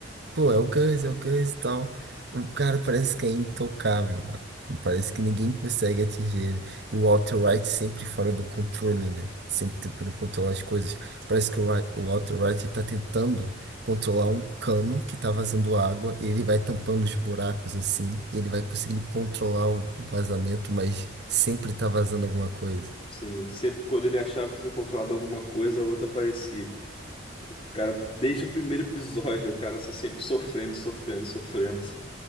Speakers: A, on the right (about 60°); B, on the left (about 30°).
A: Pô, é o Gus, é o Gus e tal. O cara parece que é intocável, mano. Parece que ninguém consegue atingir ele. E o Walter White sempre fora do controle, né? Sempre tentando controlar as coisas. Parece que o, Wa- o Walter White ele tá tentando controlar um cano que tá vazando água. E ele vai tampando os buracos assim. E ele vai conseguindo controlar o o vazamento, mas sempre tá vazando alguma coisa.
B: Sim, sempre quando ele achava que tinha controlado alguma coisa, a outra aparecia. O cara, desde o primeiro episódio, o cara está sempre sofrendo, sofrendo, sofrendo.